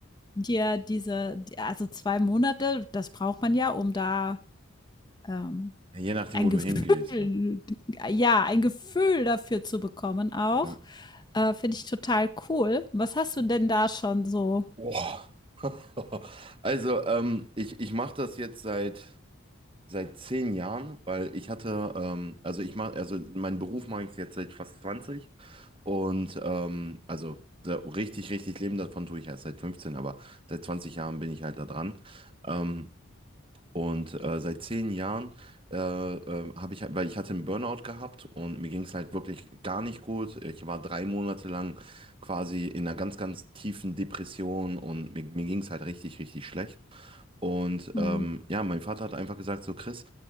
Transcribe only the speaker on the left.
dir diese, die- also zwei Monate, das braucht man ja, um da ähm,
ein
Gefühl,
ja, ein Gefühl dafür zu bekommen auch,
äh, finde ich total cool. Was hast du denn da schon so?
Hm.